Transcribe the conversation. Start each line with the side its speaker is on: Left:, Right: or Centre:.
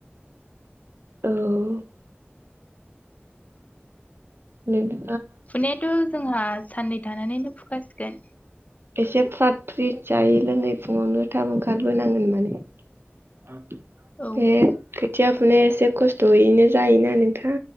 Right: औ नोंथा
Left: फुनायाथ' जोंहा साननै थानानैनो फुखासि गोन
Right: एसे फ्राट फ्रिट जायै लोङै फुङावनो थाब ओंखारबोनांगोन माने <unintelligible>
Left: औ
Right: थिया फुनाया एसे खस्थ'यैनो जायोना नोंथां